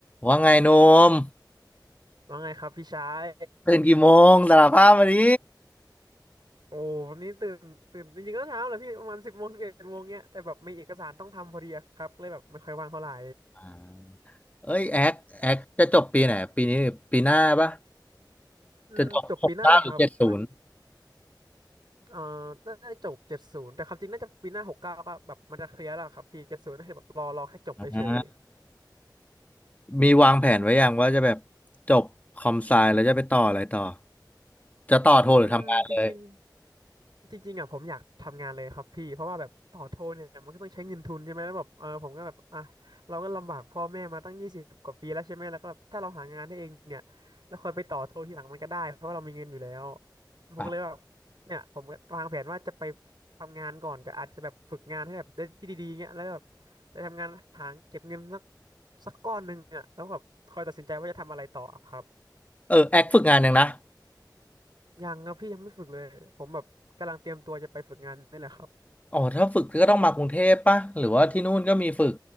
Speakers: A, on the left; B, on the right.
A: ว่าไงโนม
B: ว่าไงครับพี่ชาย
A: ตื่นกี่โมงสารภาพมาดิ
B: โอ้วันนี้ตื่นตื่นจริงๆก็เช้าแหละพี่ประมาณสิบโมงสิบเอ็ดโมงเนี้ยแต่แบบมีเอกสารต้องทำพอดีอะครับเลยแบบไม่ค่อยว่างเท่าไหร่
A: อ่าเอ้ยแอคแอคจะจบปีไหนปีนี้ปีหน้าปะ
B: อืมจบปีหน้าครับแบบ
A: จะจบหกเก้าหรือเจ็ดศูนย์
B: เอ่อน่าจะจบเจ็ดศูนย์แต่ความจริงน่าจะปีหน้าหกเก้าก็แบบมันจะเคลียร์แล้วครับพี่เจ็ดศูนย์ก็คือแบบรอรอแค่จบไปเฉย
A: อ่ามีวางแผนไว้ยังว่าจะแบบจบคอมไซแล้วจะไปต่ออะไรต่อจะต่อโทหรือทำงานเลย
B: อืมจริง จริงๆอ่ะผมอยากทำงานเลยครับพี่เพราะว่าแบบต่อโทเนี่ยมันก็ต้องใช้เงินทุนใช่ไหมแล้วแบบเออผมก็แบบอ่ะเราก็ลำบากพ่อแม่มาตั้งยี่สิบกว่าปีแล้วใช่ไหมแล้วก็แบบถ้าเราหางานได้เองเนี่ยแล้วค่อยไปต่อโททีหลังมันก็ได้เพราะว่าเรามีเงินอยู่แล้วผมก็เลยแบบ
A: อ่ะ
B: เนี่ยผมก็วางแผนว่าจะไปทำงานก่อนจะอาจจะแบบฝึกงานให้แบบได้ที่ดีๆเงี้ยแล้วก็แบบไปทำงานหาเก็บเงินสักสักก้อนหนึ่งอ่ะแล้วแบบค่อยตัดสินใจว่าจะทำอะไรต่อครับ
A: เออแอคฝึกงานยังนะ
B: ยังครับพี่ยังไม่ฝึกเลยผมแบบกำลังเตรียมตัวจะไปฝึกงานนี่แหละครับ
A: อ๋อถ้าฝึกก็ต้องมากรุงเทพปะหรือว่าที่นู่นก็มีฝึก